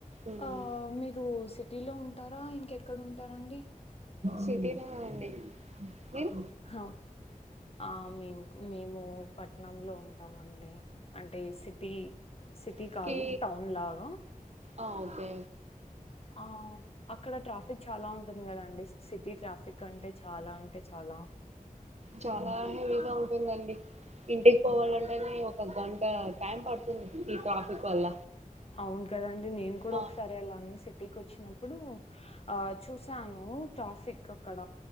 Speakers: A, on the right; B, on the left.
A: ఉమ్
B: ఆ మీరు సిట్ టిలో ఉంటారా ఇంకె క్కడ ఉంటారండి
A: సిటీనా అండి మీరు
B: హ ఆ మేం మేము పట్నంలో ఉం డి అంటే సిటీ సిటీ
A: ఓకే
B: కాదు టౌన్లాగా
A: ఆ ఓకేే
B: ఆ అక్కడ ట్రాఫిక్ చాలా ఉంటుంది కదండి సి సిటీ ట్రాఫిక్ అంటే చాలా అంటే చాలా
A: చాలా హెవీగా ఉంటుందండి ఇంటికి పోవాలంటేనే ఒక గంట టైం పడుతుంది ఈ ట్రాఫిక్ వల్ల
B: అవును కదండి నేను కూడా
A: ఆ
B: ఒకసారి అలా అని సిటీకి వచ్చినప్పుడు ఇప్పుడు ఆ చూసాను ట్రాఫిక్ అక్కడ